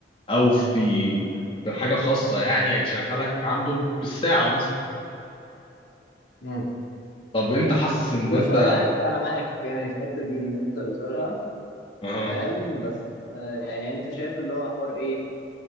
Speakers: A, on the left; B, on the left.
A: او في في حاجه خاصه يعني هيشغلك عنده بالساعه مثلا
B: مم.
A: طب انت حاسس ان
B: بص
A: انت
B: انا معاك انا معاك يعني في الحته دي اللي انت بتقولها
A: أه.
B: فاهم بس آه، يعني انت شايف اللي هو حوار ايه؟